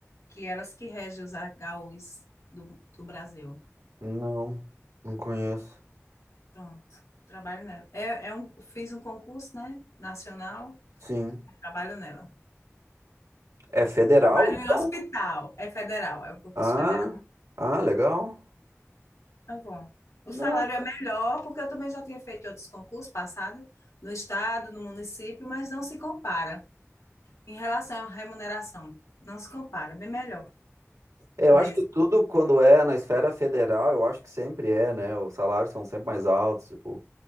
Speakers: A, on the left; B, on the right.
A: que é elas que regem os HUs do, do Brasil.
B: não, não conheço.
A: Pronto, trabalho nela. É, é um, fiz um concurso, né, nacional,
B: Sim.
A: trabalho nela.
B: É federal,
A: Trabalho
B: então?
A: em hospital, é federal, é um concurso
B: Ah,
A: federal.
B: ah, legal.
A: Tá bom. O
B: Não.
A: salário é melhor, porque eu também já tinha feito outros concursos passados, no estado, no município, mas não se compara em relação à remuneração. Não se compara, bem melhor
B: Eu
A: nesse.
B: acho que tudo quando é na esfera federal, eu acho que sempre é, né? Os salários são sempre mais altos, tipo,